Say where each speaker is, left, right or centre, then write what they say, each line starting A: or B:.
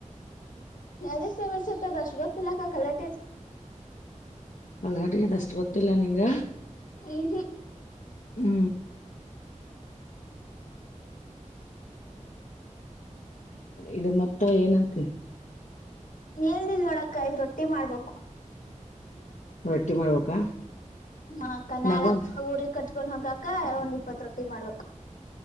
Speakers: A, on the left; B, on the left.
A: ಎದಕ್ಕೆ ಫೇಮಸ್ ಐತಿ ಅದ ಅಷ್ಟ್ ಗೊತ್ತಿಲ್ಲ ಕಲಘಟಗಿ ದ
B: ಕಲಘಟಗಿದ ಅಷ್ಟು ಗೊತ್ತಿಲ್ಲ ನಿಂಗ
A: ಉಹು
B: ಹೂ ಇದು ಮತ್ತ ಏನಂತಿ
A: ಏನಿಲ್ಲ ನೋಡ ಅಕ್ಕಾ ಈಗ್ ರೊಟ್ಟಿ ಮಾಡ್ಬೇಕು
B: ರೊಟ್ಟಿ ಮಾಡ್ಬೇಕಾ
A: ಹಾ ಅಕ್ಕಾ ನಾಳಕ್ಕ
B: ನಂಗೊಂದು
A: ಊರಿ ಕಟ್ಟ <unintelligible> ಕಟ್ಕೊಂಡ್ ಹೋಗಾಕ ಒಂದ್ ಇಪ್ಪತ್ ರೊಟ್ಟಿ ಮಾಡ್ಬೇಕ